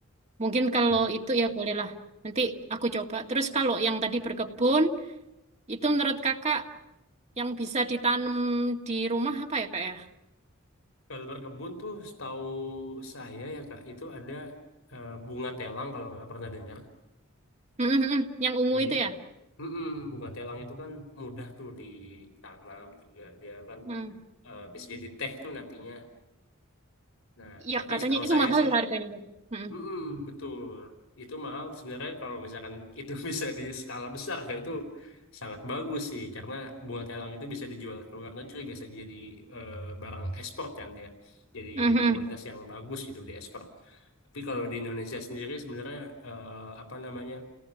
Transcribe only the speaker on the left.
Hmm.
Kalau berkebun tuh setahu saya ya Kak, itu ada eh, bunga telang kalau Kakak pernah dengar.
Jadi
Mm-mm, bunga telang itu kan mudah tuh ditanam juga dia kan
eh, bisa jadi teh tuh nantinya. Nah,
tapi
setahu
saya
sih,
mm-mm, betul itu mahal sebenarnya kalau misalkan itu <laughs> bisa di skala besar kayak itu sangat bagus sih karena bunga telang itu bisa dijual ke luar negeri bisa jadi eh, barang ekspor kan dia. Jadi
komoditas yang bagus gitu di ekspor. Tapi kalau di Indonesia sendiri sebenarnya eh, apa namanya